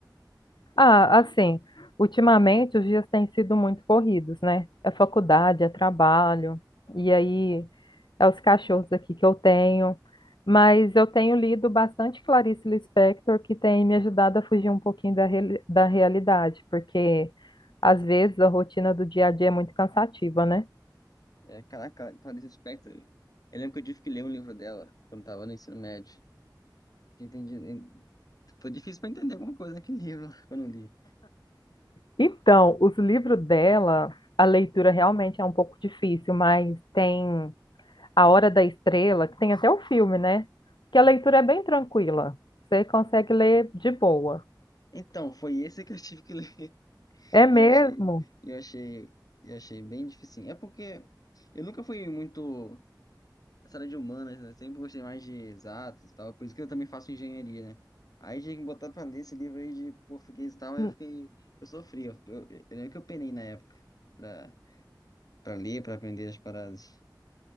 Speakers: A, on the left; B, on the left.
A: Ah, assim, ultimamente os dias têm sido muito corridos, né? É faculdade, é trabalho, e aí é os cachorros aqui que eu tenho. Mas eu tenho lido bastante Clarice Lispector, que tem me ajudado a fugir um pouquinho da, reali- da realidade, porque às vezes a rotina do dia a dia é muito cansativa, né?
B: É, caraca, Clarice Lispector. Eu lembro que eu tive que ler um livro dela quando tava no ensino médio. Entendi. en- Foi difícil pra entender alguma coisa naquele livro <laughs> quando eu li.
A: Então, os livros dela, a leitura realmente é um pouco difícil, mas tem A Hora da Estrela, que tem até o filme, né? Que a leitura é bem tranquila. Você consegue ler de boa.
B: Então, foi esse que eu tive que ler. <laughs>
A: É mesmo?
B: E eu achei, e eu achei, e eu achei bem difícil. É porque eu nunca fui muito essa área de humanas, né? Sempre gostei mais de exatos e tal. Por isso que eu também faço engenharia, né? Aí tinha que botar pra ler esse livro aí de português e tal, aí
A: N-
B: eu fiquei. Eu sofri. Eu, eu, eu lembro que eu penei na época pra, pra ler, pra aprender as paradas.